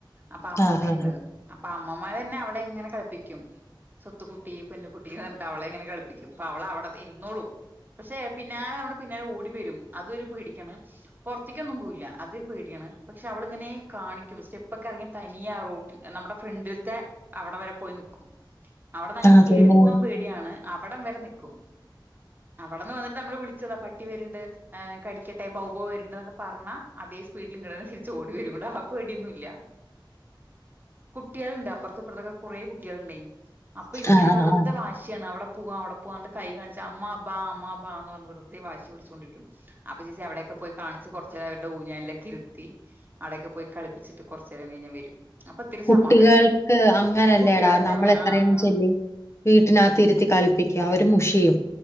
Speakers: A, on the right (about 25°); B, on the left (about 35°).
A: അപ്പ അമ്മമ്മയുണ്ട്
B: ആ ആ
A: അപ്പ അമ്മമ്മന്നെ അവളെ ഇങ്ങനെ കളിപ്പിക്കും. സ്വത്തുക്കുട്ടി പൊന്നുകുട്ടിന്ന് പറഞ്ഞിട്ട് അവളെങ്ങനെ കളപ്പിക്കും അപ്പൊ അവളവിടെ ഇരുന്നോളും. പക്ഷേ പിന്നാലെ നമ്മുടെ പിന്നാലെ ഓടി വരും അതൊരുപേടിക്കണം പൊർത്തിക്കൊന്നും പോവില്ല അതൊരു പേടിയാണ് പക്ഷേ അവളിങ്ങനെ കാണിക്കും സ്റ്റെപ്പൊക്കെ എറങ്ങി തനിയേ റോട്ടിൽ നമ്മുടെ ഫ്രണ്ടിൽത്തെ അവടെ വരെ പോയി നിക്കും അവിടെ നങ്ങട്ട്
B: ആ ആ
A: കേറി
B: പിന്നെ
A: പോകാൻ പേടി യാണ് അവിടം വരെ നിക്കും അവിടെന്ന് വന്നിട്ട് നമ്മള് വിളിച്ചതാ പട്ടി വരുണ്ട് ആ കടിക്കട്ടെ ബൗബൗ വര്ന്ന് എന്നൊക്കെ പറഞ്ഞാ അതേ സ്പീഡിൽ ഇങ്ങടെന്നെ തിരിച്ച് ഓടി വരും ആ പേടിയൊന്നും ഇല്ല. കുട്ട്യാൾണ്ട് അപ്പുറത്തപ്പുറത്തൊക്കെ കുറേ കുട്ടാളുണ്ടെയ് അപ്പൊ ഇങ്ങനെ
B: ആ ആ
A: വെറ്
B: ആ
A: തെ വാശിയാണ് അവിടെ പോവാ അവിടെ പോവാ കൈ കാണിച്ചാ അമ്മാ ബാ അമ്മാ ബാ എന്ന് പറഞ്ഞു വെറുതെ വാശി ശി പിടിച്ചുകൊണ്ടിരിക്കും അപ്പ ചേച്ചി അവിടെയൊക്കെ പോയി കാണിച്ച് കൊറച്ചവരുടെ ഊഞ്ഞാലിലൊക്കെ ഇരുത്തി അടയൊക്ക പോയി കളിപ്പിട്ട് കൊർച്ചേരം കയിഞ്ഞാ വരും. അപ്പൊ ഇത്തിരി
B: കുട്ടികൾക്ക്
A: സമാധാനാവും
B: അങ്ങനെല്ലേടാ
A: കുട്ടികളെന്നെ
B: നമ്മളെത്രേചെല്ല്
A: വേ ആഹ്
B: വീട്ടിനകത്തിരുത്തി കളിപ്പിക്കാ അവരു മുഷിയും.